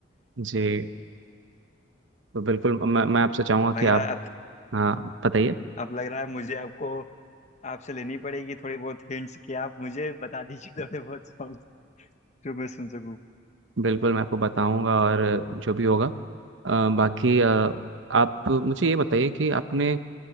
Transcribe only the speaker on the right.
जी तो बिल्कुल मैं, मैं आपसे चाहूंगा
कि
आप
हाँ बताइए
बिल्कुल मैं आपको बताऊंगा और जो भी होगा अ, बाकी अ, आप मुझे ये बताइए कि आपने अ,